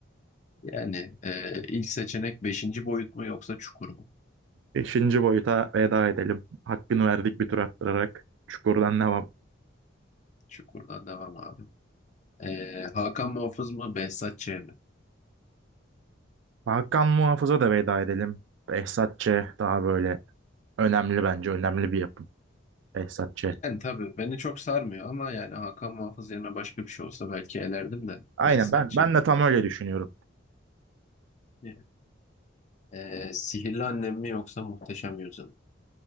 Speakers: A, on the left; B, on the right.
A: Yani e, ilk seçenek beşinci boyut mu yoksa çukur mu?
B: Beşinci boyuta veda edelim. Hakkını verdik bir tur attırarak. Çukurdan devam.
A: Çukurdan devam abi. E, Hakan Muhafız mı Behzat Ç. mi?
B: Hakan Muhafız'a da veda edelim. Behzat Ç. daha böyle önemli bence. Önemli bir yapım. Behzat Ç.
A: Yani tabii beni çok sarmıyor ama yani Hakan Muhafız yerine başka bir şey olsa belki elerdim de
B: Aynen
A: Behzat
B: ben,
A: Ç.
B: ben de tam öyle düşünüyorum.
A: Yani. E, Sihirli Annem mi yoksa Muhteşem Yüzyıl mı?